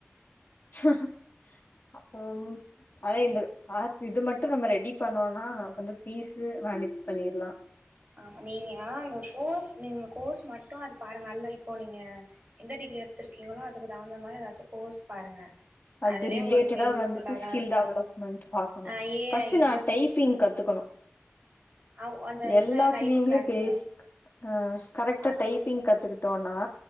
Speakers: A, on the left (about 50°); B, on the right (about 40°).
A: <unintelligible> அதா இந்த ப இது மட்டு நம்ம ரெடி பண்ணோம்னா வந்து பீஸு மேனேஜ் பண்ணிடலா
B: ஆமா நீங்க அந்த கோர்ஸ் நீங்க கோர்ஸ் மட்டு அது பாரு நல்லா இப்போ நீங்க எந்த டிகிரி எடுத்திருக்கீங்களோ அதுக்கு தகுந்த மாதிரி ஏதாச்சு கோர்ஸ் பாருங்க
A: அது
B: அதுவே
A: ரிலேட்டடா
B: உங்களுக்கு யூஸ்ஃபுல்லா
A: வந்துட்டு ஸ்கில்
B: தா இருக்கு
A: டெவலப்மெண்ட் பாக்கணோ
B: ஆ ஏ
A: பர்ஸ்ட்டு
B: ஐ
A: நா டைப் பிங்க் கத்துக்கணோ
B: ஆ அந்த
A: எல்லாத்துலயுமே
B: இந்த டைப் கிளாஸ்
A: பேசிக் ஆ கரெக்டா
B: ஓகே
A: டைப்பிங்
B: ஓகே
A: கத்துக்கிட் டோனா